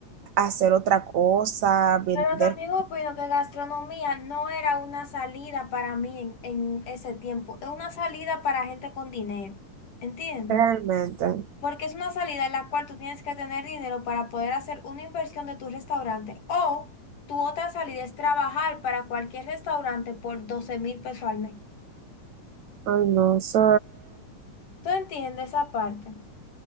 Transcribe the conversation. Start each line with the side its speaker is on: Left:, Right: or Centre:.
Right: hacer otra cosa, vender
Left: Pero también opino que gastronomía no era una salida para mí en, en ese tiempo, es una salida para gente con dinero, ¿entiendes?
Right: realmente.
Left: Porque es una salida en la cual tú tienes que tener dinero para poder hacer una inversión de tu restaurante o tu otra salida es trabajar para cualquier restaurante por doce mil pesos al mes.
Right: Ay, no sé.
Left: ¿Tú entiendes esa parte?